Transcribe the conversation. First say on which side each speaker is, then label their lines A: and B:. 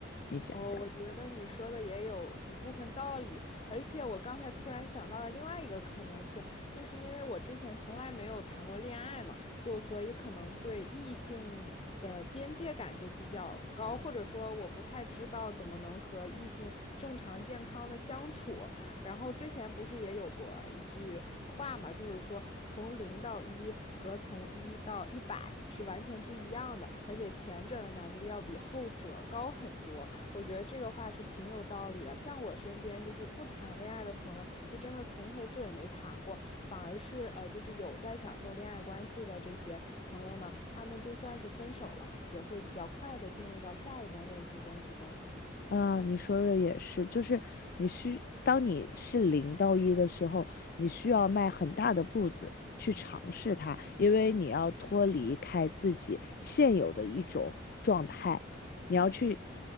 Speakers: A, on the left (about 50°); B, on the left (about 30°).
A: 你想想。
B: 哦，我觉得你说的也有一部分道理，而且我刚才突然想到了另外一个可能性，就是因为我之前从来没有谈过恋爱嘛，就所以可能对异性的边界感就比较高，或者说我不太知道怎么能和异性正常健康的相处，然后之前不是也有过一句话嘛，就是说从零到一和从一到一百是完全不一样的，而且前者的难度要比后者高很多。我觉得这个话是挺有道理的。像我身边就是不谈恋爱的朋友，就真的从头至尾没谈过，反而是呃，就是有在享受恋爱关系的这些朋友呢，他们就算是分手了，也会比较快的进入到下一段恋情关系中。
A: 啊，你说的也是，就是你需，当你是零到一的时候，你需要迈很大的步子去尝试它，因为你要脱离开自己现有的一种状态，你要去